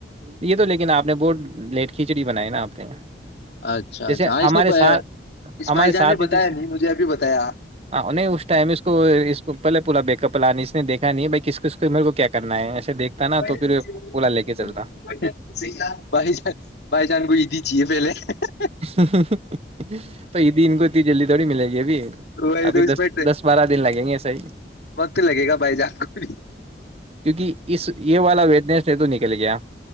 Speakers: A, on the right; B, on the left.
A: یہ تو لیکن آپ نے بہت لیٹ کھچڑی بنائی نا آپ نے
B: اچھا
A: جیسے
B: اچھا ہاں اس
A: ہمارے
B: نے ب-
A: ساتھ
B: اس
A: ہمارے
B: بھائی جان
A: ساتھی
B: نے بتایا
A: جیسے
B: نہیں مجھے ابھی بتایا
A: نہیں اس ٹائم اس کو اس کو پہلے پلا ب کپلانانی اس نےیکھا نہیں ہے بائی کس کس کو میرے کو کیا کرنا ہے ایے دیکھتا نا
B: بھائی
A: تو پھر پولا لے کے چلتا
B: <unintelligible> <inaudible>
A: تو یہیدی ان کو اتنی جلدی تھوڑی ملے گی یہ بھی
B: وہی
A: ابھی
B: تو اس
A: دس
B: میں
A: دس بارہ دن لگیں گے صحیح
B: وقت لگے گا بھائی جان کو بھی
A: کیونکہ اس یہ والا وڈنس س توو نکل گیا